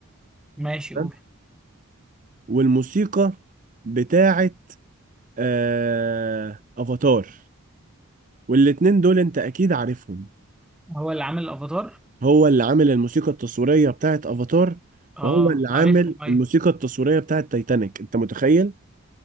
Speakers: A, in the centre; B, on the right.
A: ماشي
B: تمام؟
A: قول
B: والموسيقى بتاعت آه افاتار والاتنين دول انت اكيد عارفهم
A: هو اللي عامل الافاتار
B: هو اللي عامل الموسيقى التصويرية بتاعت افاتار
A: اه
B: وهو اللي عامل
A: عارفهم ايوه
B: الموسيقى التصويرية بتاعت تايتانيك انت متخيل